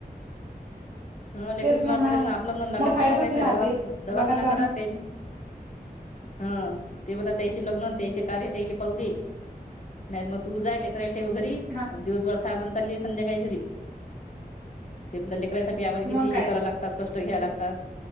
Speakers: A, on the left; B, on the right.
A: ह लेकर
B: तेच
A: बीमार पडत
B: हा
A: ना आपलं मन लागत
B: मग फायदाच
A: नाही ना कायच दवाखना
B: ते
A: दवाखाना
B: लग्नाचा ना
A: करा ते, हा ते बता त्याचे लग्न त्याचे कार्य त्याले पाहूदे. नाहीत मग तू जायल करायला ठेव घरी
B: हा
A: दिवसभर थ पण चाललीय संध्याकाळी घरी. ते लेकायसाठी आम्हाला किती
B: मग काय
A: हे करां लागतात कष्ट घ्या लागतात.